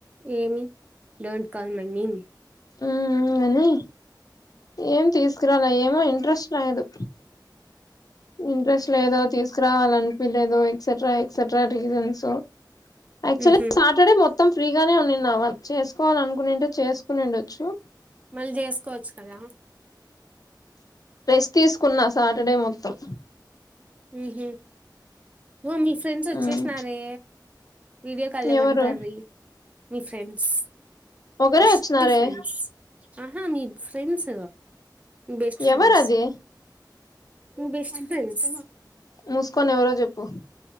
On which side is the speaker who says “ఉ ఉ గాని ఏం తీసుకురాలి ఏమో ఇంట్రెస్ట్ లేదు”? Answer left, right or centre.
Left